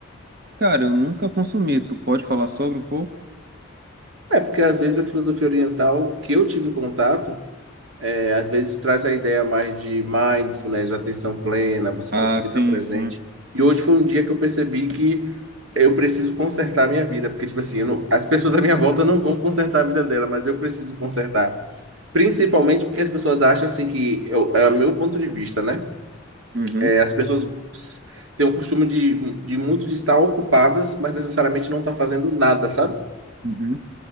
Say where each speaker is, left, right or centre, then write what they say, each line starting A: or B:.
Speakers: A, on the right; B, on the right.
A: Cara, eu nunca consumi. Tu pode falar sobre um pouco?
B: É, porque às vezes a filosofia oriental que eu tive contato. É, às vezes traz a ideia mais de mindfulness, atenção plena, você
A: Ah,
B: conseguir
A: sim,
B: estar presente.
A: sim.
B: E hoje foi um dia que eu percebi que eu preciso consertar a minha vida, porque, tipo assim, eu não- as pessoas à minha volta não vão consertar a vida dela, mas eu preciso consertar. Principalmente porque as pessoas acham, assim, que eu- é o meu ponto de vista, né?
A: Uhum,
B: É, as pessoas s- têm o costume de, de muito de estar ocupadas, mas necessariamente não estar fazendo nada, sabe?
A: uhum.